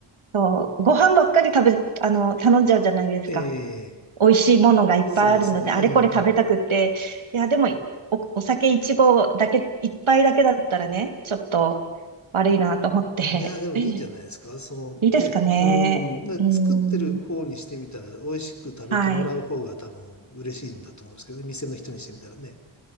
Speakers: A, on the right; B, on the left.
A: そう、ご飯ばっかり食べ、あの、頼んじゃうじゃないですか。
B: <laughs> ええ
A: 美味しいものがいっぱいあるので、
B: そうですよね。うん、
A: あれこれ食べたくって、いや、でも、お、お酒一合だけ、一杯だけだったらね、ちょっと悪いなと思って、
B: いや、でもいいんじゃないですか。
A: <laughs> い
B: そのね、
A: いですかね。
B: うーん、で作ってる方にしてみたら、
A: うーん、
B: 美味しく食べてもらう方が多分嬉しいんだと思うんですけどね、
A: はい。
B: 店の人にしてみたらね。